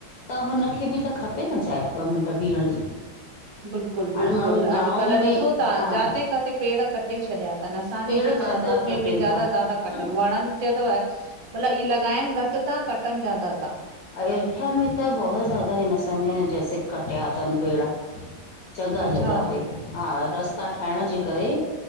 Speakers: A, on the left (about 60°); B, on the right (about 70°).
A: त हुनखे बि त खपे न जाए, ॿ मिंट बीहण जी।
B: बिल्कुलु-
A: हाणे
B: बिल्कुलु,
A: माण्हू गांव
B: अॼुकल्ह
A: में
B: ॾिसो था
A: हा
B: जाते- काथे पेड़ कटे छॾिया त असांजे
A: पेड़
B: हिते
A: ज्यादा
B: कानपुर
A: कटनि
B: में बि ज्यादा-
A: था
B: ज्यादा कटनि, वणनि च अथव मतिलब ई लॻाइनि घटि था, कटनि ज्यादा था।
A: अयोध्या में त बहुत ज़्यादा हिन न समय, जैसे कटिया तन पेड़। जॻहा-
B: अच्छा
A: जॻहा ते। हा, रस्ता ठाहिण जे करे